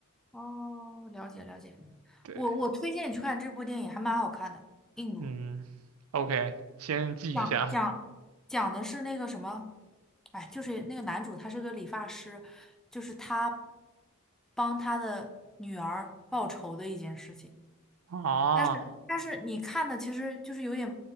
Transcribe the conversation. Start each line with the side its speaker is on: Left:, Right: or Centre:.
Centre: 哦，了解了解。
Right: 对，
Centre: 我我推荐你去看这部电影，还蛮好看的。印度
Right: 嗯，OK，先记一下。
Centre: 讲讲讲的是那个什么，哎，就是那个男主他是个理发师，就是他帮他的女儿报仇的一件事情。
Right: 哦
Centre: 但是但是你看的其实就是有点，